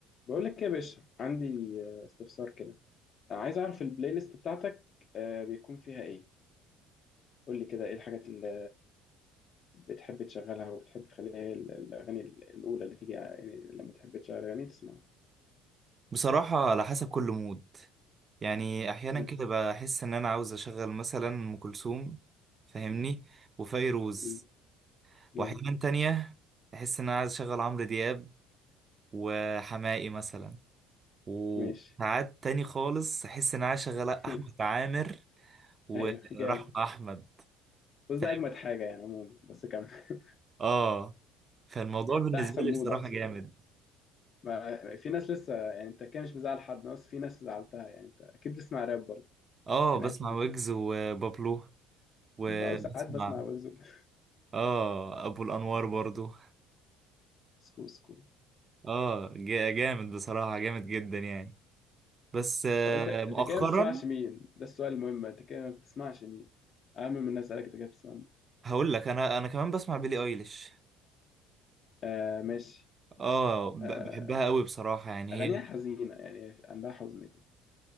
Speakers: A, on the left; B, on the right.
A: بقول لك إيه يا باشا عندي آه، استفسار كده آه، عايز اعرف البلاي ليست بتاعتك آه، بيكون فيها ايه قول لي كده ايه الحاجات اللي بتحب تشغلها وبتحب تخليها هي ال- الاغاني ال- الاولى اللي تيجي يعني لما تحب تشغل اغاني تسمعها
B: بصراحة على حسب كل مود يعني أحيانا
A: مم.
B: كده بحس إن أنا عاوز أشغل مثلا أم كلثوم فاهمني وفيروز
A: مم. جامد
B: وأحيانا تانية بحس إن أنا عايز أشغل عمرو دياب وحماقي مثلا وساعات
A: ماشي
B: تاني خالص أحس إن أنا عايز أشغل
A: <laughs>
B: أحمد عامر ورحمة
A: ايوه جامد
B: أحمد
A: بس
B: فاهم
A: ده اجمد حاجه يعني عموما بس كمل <laughs>
B: آه فالموضوع بالنسبة
A: ده احسن
B: لي
A: مود
B: بصراحة
A: اقصد
B: جامد
A: يعني ما في ناس لسه يعني انت كده مش مزعل حد بس في ناس زعلتها يعني انت اكيد بتسمع راب برضه
B: آه
A: يعني
B: بسمع
A: اكيد
B: ويجز وبابلو وبسمع
A: بقى وساعات بسمع بكذب <laughs>
B: آه أبو الأنوار برضو
A: سكو سكو
B: اه جا- جامد بصراحة جامد جدا يعني بس آه،
A: او انت انت
B: طب مؤخرا
A: كده ما بتسمعش مين ده السؤال المهم انت كده ما بتسمعش مين اهم من الناس اسالك انت كده بتسمع مين
B: هقول لك انا انا كمان بسمع بيلي ايليش
A: آه ماشي
B: اه ب-
A: آه
B: بحبها قوي بصراحة يعني
A: اغانيها
B: هي
A: حزينه يعني عندها حزن كده